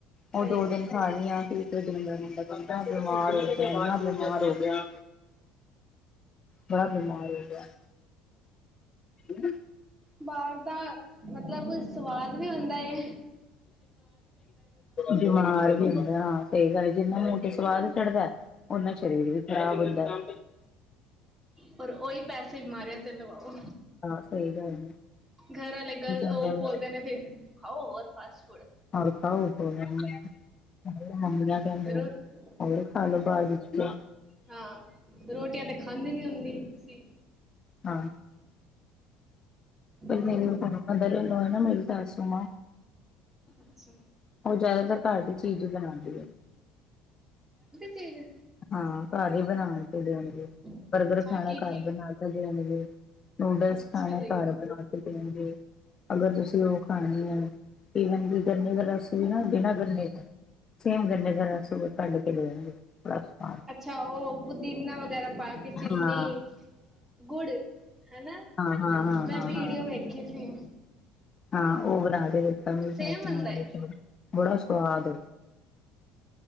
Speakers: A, on the left; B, on the right.
A: ਉਹ
B: ਸਹੀ
A: ਦੋ
B: ਗੱਲ
A: ਦਿਨ
B: ਹੈ।
A: ਖਾ ਲਈਆਂ ਫੇਰ ਇੱਕ ਤੋਂ ਪੰਦਰਾਂ ਦਿਨ ਮੈਂ ਬਿਮਾਰ ਹੋ ਗਈ? ਦੁਆਰਾ ਮੁਰਜਦ ਹੋ ਗਿਆ। ਬੜਾ ਬਿਮਾਰ ਹੋ ਗਿਆ? ਹੂੰ।
B: ਬਾਹਰ ਦਾ ਮਤਲਬ। ਸਵਾਦ ਵੀ ਹੁੰਦਾ ਹੈ?
A: ਬਿਮਾਰ ਵੀ ਹੁੰਦਾ ਹਾਂ ਸਹੀ ਗੱਲ ਜਿੰਨਾ। ਤੇ ਸਵਾਦ ਚੜਦਾ ਉਹਨਾ ਸਰੀਰ ਵੀ ਖ਼ਰਾਬ ਹੁੰਦਾ ਹੈ।
B: ਪਰ ਉਹੀ ਪੈਸੇ ਬਿਮਾਰੀਆਂ ਤੇ ਲਵਾਓ?
A: ਹਾਂ ਸਹੀ ਗੱਲ ਹੈ
B: ਘਰ ਵਾਲੇ ਗੱਲ
A: ਕੀ ਕਹਿੰਦੇ
B: ਉਹ ਬੋਲਦੇ ਨੇ ਫੇਰ? ਖਾਉ ਹੋਰ ਫਾਸਟ? ਫੂਡ।
A: ਹੋਰ ਖਾਓ ਕਹਿੰਦੇ ਆ
B: ਰੋ
A: ਹੋਰ ਖਾ ਲੋ ਬਾਅਦ ਵਿੱਚ ਫੂਡ।
B: ਹਾਂ। ਰੋਟੀਆਂ ਤੇ ਖਾਂਦੀ ਨੀ ਹੁੰਦੀ ਤੁਸੀਂ?
A: ਹਾਂ। ਪਹਿਲੇ
B: ਹੋਰ
A: ਵੀ ਉਹ ਘੱਟ ਖਾਂਦੇ ਰਹੇ ਹੈ ਉਹ ਨਾ ਮੇਰੀ ਸੱਸ। ਸਮਾਂ।
B: ਅੱਛਾ
A: ਉਹ ਜ਼ਿਆਦਾਤਰ ਘਰ ਦੀ ਚੀਜ਼ ਹੀ ਬਣਾਉਂਦੀ ਹੈ
B: ਠੀਕ ਹੈ
A: ਹਾਂ ਘਰ ਹੀ ਬਣਾ ਕੇ ਦੇਣਗੇ
B: ਅੱਛਾ
A: ਬਰਗਰ ਖਾਣਾ
B: ਕੀ
A: ਘਰ
B: ਕੀ
A: ਬਣਾ ਕੇ ਦੇਣਗੇ ਨੂਡਲਸ
B: ਅੱਛਾ
A: ਖਾਣੇ
B: ਜੀ
A: ਘਰ ਬਣਾ ਕੇ ਦੇਣਗੇ ਅਗਰ ਤੁਸੀਂ ਲੋਕ ਪਾਣੀ ਹੈ ਈਵਨ ਕਿ ਗੰਨੇ ਦਾ ਰਸ ਵੀ ਨਾ ਬਿਨਾਂ ਗੰਨੇ ਤੋਂ ਸੇਮ ਗੰਨੇ ਦਾ ਰਸ ਕੱਢ ਕੇ ਦੇਣਗੇ ਸਵਾਦ
B: ਅੱਛਾ ਉਹ ਪੁਦੀਨਾ ਵਗੈਰਾ ਪਾਕੇ ਚਿੰਨੀ
A: ਹਾਂ,
B: ਗੁੜ ਹੈਨਾ
A: ਹਾਂ, ਹਾਂ, ਹਾਂ,
B: ਮੈਂ
A: ਹਾਂ,
B: ਵੀਡੀਓ
A: ਹਾਂ।
B: ਵੇਖੀ ਸੀ
A: ਹਾਂ ਉਹ ਬਣਾ ਦੇ ਵਿੱਚ ਚੰਗੇ
B: ਸੇਮ
A: ਪੈਸੇ
B: ਬਣਦਾ
A: ਵਾਲਿਆਂ
B: ਏ
A: ਸੋਚ ਬੜਾ ਸ ਸਵਾਦ